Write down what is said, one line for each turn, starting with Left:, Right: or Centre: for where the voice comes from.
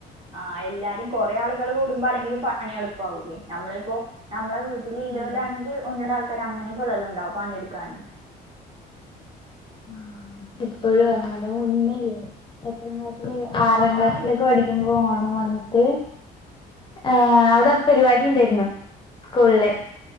Right: ആഹ എല്ലാരും കൊറെേ ആളുകൾ കൂടുമ്പോ ആ ല്ലെങ്കിലും പണി എളുപ്പാവൂല്ലേ നമ്മളിപ്പോ നമ്മളെീ ഇല്ലോലാണെങ്കിൽ
Left: ഉം
Right: ഒന്ന ആൾക്കാര് അങ്ങനെയൊക്ക ഉള്ളല്ലാം ഉണ്ടാവും പണി എടുക്കാന്
Left: ആ ഇപ്പോഴും <unintelligible> എത്രാം ക്ലാസിൽ ആറാം
Right: എന്നാലും
Left: ക്ലാസ്സിലൊക്കെ പഠിക്കുന്ന ഓണം വന്നിട്ട് ഉം അവിടെ പരിപാടി ഉണ്ടായിരുന്നു സ്കൂളില്
Right: ഉം